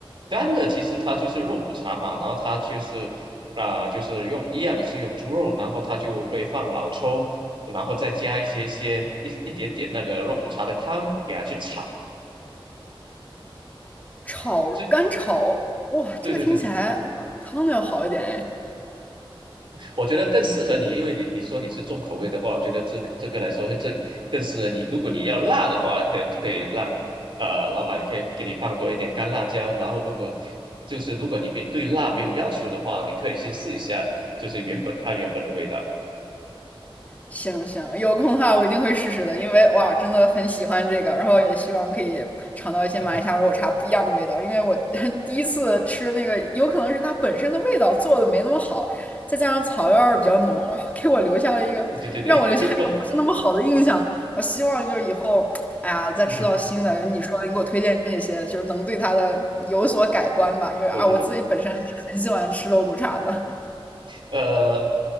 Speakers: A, on the right; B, on the left.
A: 干的其实它就是肉骨茶嘛，然后它就是啊、就是用一样是用猪肉，然后它就会放老抽，然后再加一些些一一点点那个肉骨茶的汤给它去炒，
B: 炒干炒，
A: 这
B: 哇，
A: 对对对
B: 这个听起来哇，比汤的要好一点哎。
A: 我觉得更适合你，因为你你说你是重口味的话，我觉得这个这个来说会更更适合你。如果你要辣的话，可能可以让呃老板可以给你放多一点干辣椒。然后如果就是如果你没对辣没有要求的话，你可以先试一下，就是原本它原本的味道。
B: 行行，有空的话我一定会试试的，因为哇，真的很喜欢这个，然后也希望可以尝到一些马来西亚肉茶不一样的味道，
A: <laughs>
B: 因为我 <laughs> 第一次吃那个，有可能是它本身的味道做的没那么好，再加上草药味儿比较浓，然后给我留下了一个让我留下一个不是那么好的印象。
A: 对对对对，<laughs> 不，
B: 我希望就是以后，哎呀，再吃到新的，
A: <laughs>
B: 你说的你给我推荐这些，就是能对它的有所改观吧，因为啊，
A: 对对对，
B: 我自己本身还是很喜欢吃肉骨茶的。
A: 呃，